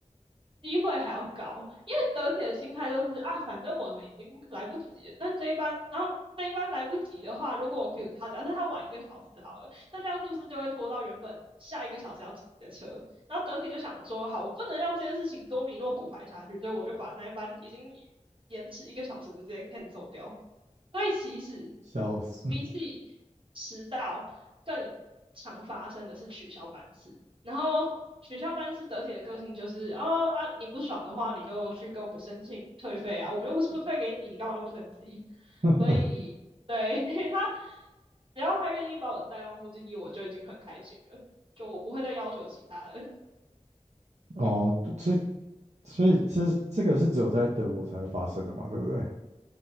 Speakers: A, on the right; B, on the right.
A: 机会还要高，因为德铁的心态就是啊，反正我们已经来不及了，那这一班，然后这一班来不及的话，如果我比如他，假设他晚一个小时好了，那这样是不是就会拖到原本下一个小时要挤的车？然后德铁就想说，好，我不能让这件事情多米诺骨牌下去，所以我就把那一班已经延迟一个小时的直接 cancel 掉。所以其实
B: 笑死。
A: 比起迟到，更常发生的是取消班次。然后取消班次得体的个性就是，哦啊，你不爽的话，你就去跟我们申请退费啊，我们又不是不退给你，你干嘛那么生气？
B: <laughs>
A: 所以，对，<laughs> 他，只要他愿意把我载到目的地，我就已经很开心了。就我不会再要求其他的。
B: 哦，所以所以这这个是只有在德国才会发生的嘛，对不对？